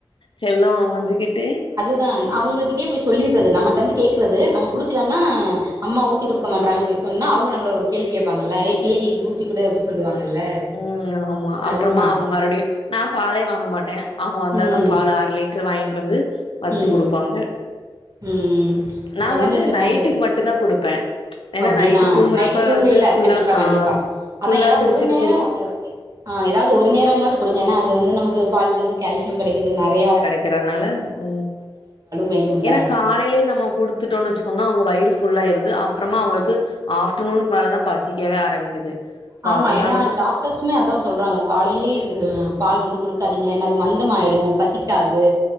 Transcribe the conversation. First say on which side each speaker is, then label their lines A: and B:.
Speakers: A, on the left; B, on the right.
A: செல்லோ கொஞ்சிக்கிட்டு
B: இதா அவுங்ககிட்டயே போய் சொல்லிற்றது நம்மட்ட வந்து கேக்கறது நம்ம குடுக்லனா அம்மா ஊத்தி குடுக்க மாட்றாங் போய் சொ சொன்னா அவுங்க நம்ம ஒரு கேள்வி கேப்பாங்கல ஏ பிள்ளக்கி ஊத்தி குடு அப்டி சொல்லுவாங்கல்ல
A: ம் ஆமா அப்றமா
B: அதுதா
A: அவுங்க மறுடியு நா பாலே வாங்க மாட்டே அவுங்க வந்தா
B: ம்
A: தா பாலு அரலிட் ரு வாய்ன்ட்டு வந்து வச்சு
B: ம்
A: குடுப்பாங்க
B: ம்
A: நா
B: என்ன
A: வந்து
B: சிஸ்டர்
A: நைட்டுக்
B: பண்றது
A: மட்டு தா குடுப்பே ஏனா
B: அப்டி
A: நைட்டு
B: ஆ
A: தூங்குறப்ப
B: நைட்டு தூங்கையில
A: வந்து ஃபுல்லா
B: கண்டிப்பா
A: ஆ
B: கண்டிப்பா அதா
A: ஃபுல்லா
B: ஏதா
A: குடிச்சிடு
B: ஒரு நேரோ ஆ ஏதாவ்து ஒரு நேரமாது குடுங்க ஏனா அது வந்து நமக்கு பால்லந்து கேல்சியம் கெடக்குது நறையா
A: கெறனால ம்
B: வேணுல்ல
A: ஏனா காலைலே நம்மோ குடுத்துட்டோன் வச்சுக்கோங்க அவுங்க வயிறு ஃபுல்லா ஆயிருது அப்புறமா அவுங்களுக்கு ஆஃப்டர்நூனுக் மேலதா பசிக்கவே ஆரம்பிக்குது சோ
B: ஆமா
A: அதனாலதா
B: ஏனா டாக் டர்ஸுமே அதா சொல்றாங்க காலைலே இது பால் வந்து குடுக்காதீங்க ஏனா அது மந்தமாயிரு பசிக்காது